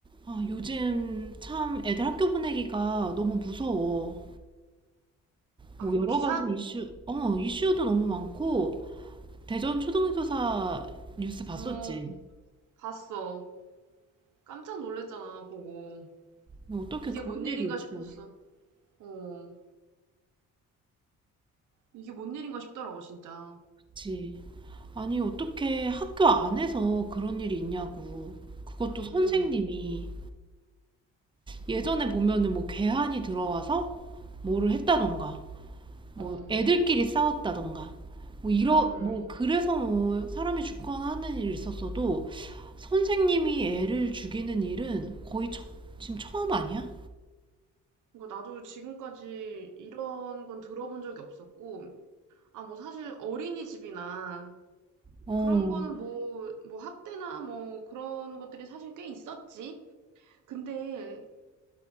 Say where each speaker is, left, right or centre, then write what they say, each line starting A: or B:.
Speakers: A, on the right (about 15°); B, on the right (about 80°).
A: 아, 요즘 참 애들 학교 보내기가 너무 무서워.
B: 아,
A: 뭐
B: 그
A: 여러
B: 기사?
A: 가지 이슈, 어, 이슈도 너무 많고, 대전 초등교사 뉴스 봤었지.
B: 어, 봤어. 깜짝 놀랐잖아, 보고.
A: 뭐 어떻게
B: 이게
A: 그런
B: 뭔 일인가
A: 일이 있어.
B: 싶었어. 어, 이게 뭔 일인가 싶더라고, 진짜.
A: 그치. 아니, 어떻게 학교 안에서 그런 일이 있냐고. 그것도
B: 음,
A: 선생님이 예전에 보면은 뭐 괴한이 들어와서 뭐를 했다던가, 뭐
B: 어,
A: 애들끼리 싸웠다던가, 뭐 이러,
B: 음.
A: 뭐 그래서 뭐 사람이 죽거나 하는 일이 있었어도 선생님이 애를 죽이는 일은 거의 처, 지금 처음 아니야?
B: 그러니까 나도 지금까지 이런 건 들어본 적이 없었고, 아, 뭐 사실 어린이집이나
A: 어,
B: 그런 거는 뭐, 뭐 학대나 뭐 그런 것들이 사실 꽤 있었지. 근데